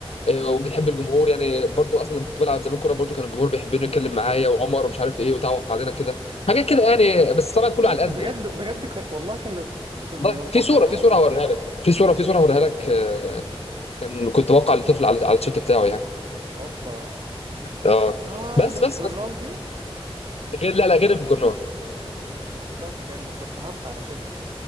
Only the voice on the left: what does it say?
آه،
وبتحب الجمهور يعني برضو اصلا لما كنت بلعب زمان كوره برضو كان الجمهور بيحبني يتكلم معايا وعمر ومش عارف ايه وتعوق علينا كده حاجات كده يعني بس طبعا كله
على قد
يعني
والله
في صوره
في صوره هوريها لك في صوره في صوره هوريها لك آه، كان كنت بوقع لطفل على على التيشيرت بتاعه يعني
اه
بس
بس
بس
غير لا لا غير في الجرنان